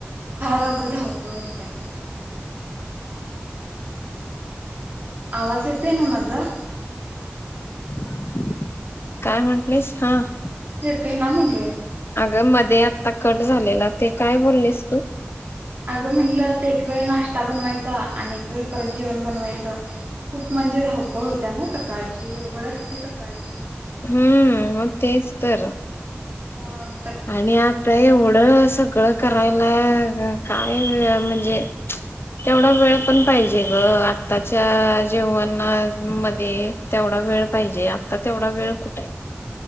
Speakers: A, on the right (about 50°); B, on the left (about 60°).
A: फार आग धावपळ होत्या. आवाज येतोय ना माझा-
B: <inaudible> काय म्हटलेस हम्म-
A: ते ना म्हणलं-
B: आग मध्ये आत्ता कट झालेला ते काय बोललीस तू?
A: आगं म्हणलं ते एक वेळ नाश्ता बनवायचा, अन एक वेळ परत जेवण बनवायचं, खूप म्हणजे धावपळ होत्या ना सकाळची गडबड असते. सकाळची-
B: हम्म मग तेच तर-
A: हा-
B: आणि आता एवढं सगळं करायला काय म्हणजे तेवढा वेळ पण पाहिजे ग त्याच्या जेवणा मध्ये तेवढा वेळ पाहिजे. आत्ता तेवढा वेळ कुठय?